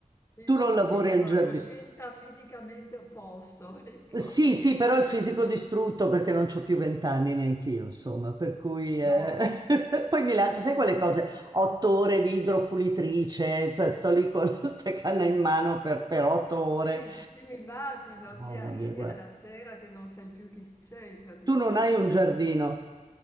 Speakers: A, on the left; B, on the right.
A: Sì,
B: Tu
A: sì,
B: non
A: ti
B: lavori
A: senti
B: al
A: con
B: giardino.
A: la coscienza fisicamente a posto, <laughs> ecco,
B: Sì,
A: sì.
B: sì, però il fisico
A: Sì,
B: distrutto
A: sì.
B: perché non c'ho più vent'anni neanch'io, insomma, per cui
A: No.
B: eh, <laughs> poi mi lancio,
A: Mh,
B: sai
A: mh,
B: quelle
A: mh.
B: cose, otto ore di idropulitrice, cioè sto lì con <laughs> questa canna in mano per, per otto ore.
A: Sì, sì, mi immagino, sì,
B: Mamma
A: arrivi
B: mia, guarda.
A: alla sera che non sai più chi sei praticamente,
B: Tu non hai un giardino,
A: <laughs> no?